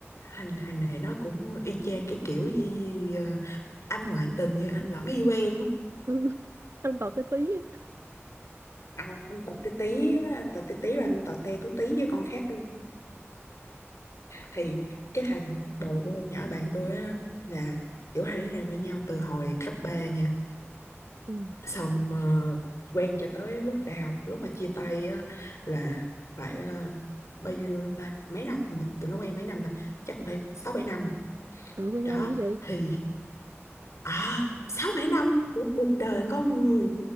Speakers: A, on the left (about 75°); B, on the right (about 65°).
A: thằng thằng này nó cũng y chang cái kiểu gì ờ, anh ngoại tình nhưng anh vẫn yêu em á.
B: ừ. Em tập cái tí á
A: À, anh tọt tí tí á, anh tọt tí tí rồi anh tọt te tú tí với con khác thì cái thằng bồ của con nhỏ bạn tôi á là kiểu hai đứa này quen nhau từ hồi cấp 3 nha
B: ừ.
A: xong ờ, quen cho tới lúc đại học lúc mà chia tay á là phải ờ, bao nhiêu ta mấy năm mà tụi nó quen mấy năm ta chắc cũng phải sáu bảy năm
B: Trời quen
A: đó
B: lâu dữ vậy
A: thì à sáu bảy năm của cuộc đời con người